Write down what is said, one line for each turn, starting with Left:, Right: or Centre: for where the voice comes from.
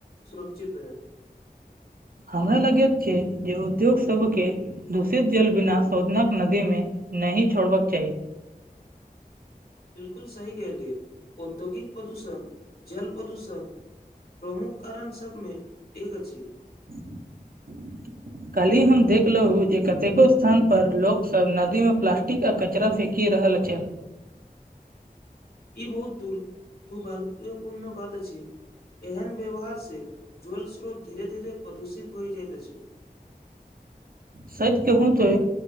Left: सुरक्षित रहत
Right: हमरा लगैत छै जे उद्योग सब केँ दूषित जल बिना शोधनक नदी में नहीं छोड़बाक चाही
Left: बिल्कुल सही कहलियए औद्योगिक प्रदूषण जल प्रदूषण प्रमुख कारण सब में एक अछि
Right: <unintelligible> कल्हि हम देखलहु जे कतेको स्थान पर लोक सब नदी में प्लास्टिक आ कचरा फेेक की रहल चल
Left: ई बहुत दुर दुर्भाग्यपूर्ण बात अछि एहन व्यवहार से जल स्रोत धीरे धीरे प्रदूषित भैऽ जाइत अछि
Right: सच कहु तै